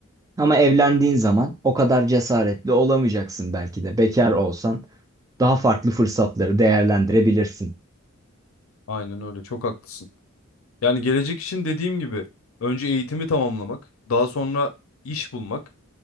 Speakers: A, on the right; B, on the left.
A: Ama evlendiğin zaman o kadar cesaretli olamayacaksın belki de bekar olsan daha farklı fırsatları değerlendirebilirsin.
B: Aynen öyle, çok haklısın. Yani gelecek için dediğim gibi önce eğitimi tamamlamak, daha sonra iş bulmak,